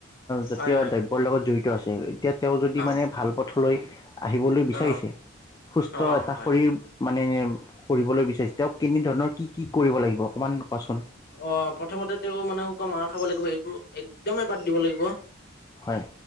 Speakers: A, on the left; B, on the left.
A: জাতীয়
B: হয় হয়
A: দ্ৰব্যৰ লগত জড়িত আছে এতিয়া তেওঁ যদি
B: অ
A: মানে ভাল পথলৈ আহিবলৈ বিচাৰিছে,
B: অ
A: সুস্থ
B: অ অ
A: এটা
B: হয়
A: শৰীৰ মানে কৰিবলৈ বিচাৰিছে, তেওঁক কেনেধৰণৰ, কি কি কৰিব লাগিব অকণমান কোৱাচোন
B: অ' প্ৰথমতে তেওঁ মানে শুকাম মাৰ খাব লাগিব, এইবোৰ একদমেই বাদ দিব লাগিব।
A: হয়।